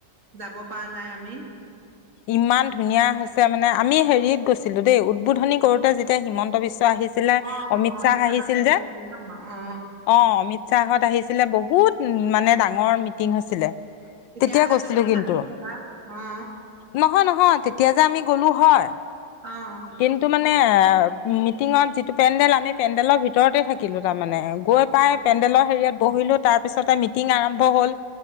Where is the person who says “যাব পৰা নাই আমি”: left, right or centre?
Right